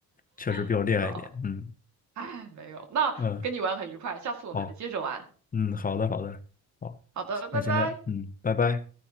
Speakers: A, on the left; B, on the right.
A: 确实比我厉害一点。
B: <laughs> 好。
A: 嗯
B: 哎，没有，那跟你玩很愉快，
A: 嗯，
B: 下次我们接着玩。
A: 好，嗯，好的，好的，好，
B: 好的，拜拜。
A: 那先这样，嗯，拜拜。